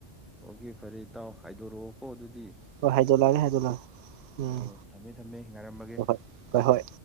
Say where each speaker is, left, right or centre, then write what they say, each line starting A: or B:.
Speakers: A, in the centre; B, on the right.
A: ꯑꯣꯀꯦ ꯐꯔꯦ ꯏꯇꯥꯎ ꯍꯥꯏꯗꯣꯔꯛꯑꯣꯀꯣ ꯑꯗꯨꯗꯤ
B: ꯍꯣꯏ ꯍꯥꯏꯗꯣꯛꯂꯛꯑꯒꯦ ꯍꯥꯏꯗꯣꯛꯂꯛꯑꯒꯦ ꯎꯝ
A: ꯑꯣ ꯊꯝꯃꯦ ꯊꯝꯃꯦ ꯉꯥꯏꯔꯝꯃꯒꯦ
B: ꯍꯣꯏ ꯍꯣꯏ ꯍꯣꯏ ꯍꯣꯏ